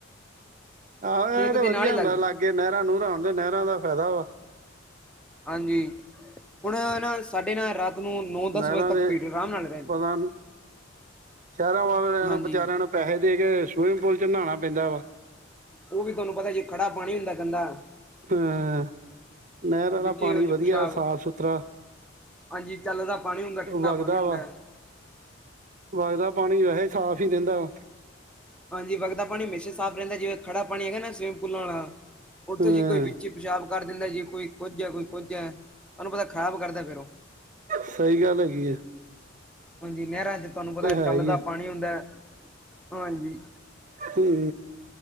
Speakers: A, on the right; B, in the centre.
A: ਆਹੋ, ਇਹ
B: ਖੇਤ
A: ਤੇ
B: ਦੇ
A: ਵਧੀਆ
B: ਨਾਲ ਹੀ
A: ਹੁੰਦਾ
B: ਲੱਗਦੇ
A: ਲਾਗੇ ਲਾਗੇ ਨਹਿਰਾਂ ਨੂੰਰਾ ਹੋਣ ਤੇ ਨਹਿਰਾਂ ਦਾ ਫਾਇਦਾ ਵਾ।
B: ਹਾਂਜੀ, ਹੁਣ ਏਨਾ ਸਾਡੇ ਨਾਲ ਰਾਤ ਨੂੰ ਨੌ ਦਸ
A: ਨਹਿਰਾਂ
B: ਵਜੇ ਤੱਕ
A: ਦੇ
B: ਭੀੜ ਆਰਾਮ ਨਾਲ ਰਹਿੰਦੀ
A: ਪਤਾ ਇਨੂੰ, ਸ਼ਹਿਰਾਂ ਵਾਲਿਆਂ
B: ਹਾਂਜੀ
A: ਨੂੰ ਵਿਚਾਰਿਆਂ ਨੂੰ ਪੈਸੇ ਦੇ ਕੇ ਸੂਵਿਮਿੰਗ ਪੂਲ ਚ ਨਾਂਣਾ ਪੈਂਦਾ ਵਾ।
B: ਉਹ ਵੀ ਤੁਹਾਨੂੰ ਪਤਾ ਜੇ ਖੜਾ ਪਾਣੀ ਹੁੰਦਾ ਐ ਗੰਦਾ
A: ਹਹ, ਨਹਿਰ ਵਾਲਾ
B: ਵਿੱਚੇ
A: ਪਾਣੀ
B: ਉਹ ਚ
A: ਵਧੀਆ
B: ਪਿਸ਼ਾਬ
A: ਸਾਫ-ਸੁਥਰਾ
B: ਹਾਂਜੀ ਚੱਲਦਾ ਪਾਣੀ ਹੁੰਦਾ ਐ, ਠੰਡਾ
A: ਵਗਦਾ
B: ਪਾਣੀ ਹੁੰਦਾ
A: ਵਾ
B: ਐ।
A: ਵਗਦਾ ਪਾਣੀ ਵੈਸੇ ਸਾਫ਼ ਈ ਰਹਿੰਦਾ ਵਾ।
B: ਹਾਂਜੀ, ਵਗਦਾ ਪਾਣੀ ਹਮੇਸ਼ਾ ਸਾਫ਼ ਰਹਿੰਦਾ, ਜਿਵੇਂ ਖੜਾ ਪਾਣੀ ਹੈਗਾ ਨਾ ਸਵਿਮਿੰਗ ਪੂਲਾ ਆਲਾ ਉੱਥੇ
A: ਹਾਂ
B: ਜੀ ਕੋਈ ਚ ਪਿਸ਼ਾਬ ਕਰ ਦਿੰਦਾ ਜੀ ਕੋਈ ਕੁੱਝ ਐ ਕੋਈ ਕੁੱਝ ਐ। ਉਹਨੂੰ ਪਤਾ ਖ਼ਰਾਬ ਕਰਦਾ ਫੇਰ ਉਹ
A: ਸਹੀ ਗੱਲ ਐਗੀ ਏ।
B: ਹਾਂਜੀ ਨਹਿਰਾਂ ਚ ਤਾਨੂੰ ਪਤਾ
A: ਹੈ
B: ਚੱਲਦਾ
A: ਹੀ ਆ
B: ਪਾਣੀ ਹੁੰਦਾ ਐ, ਹਾਂਜੀ।
A: ਹੂੰ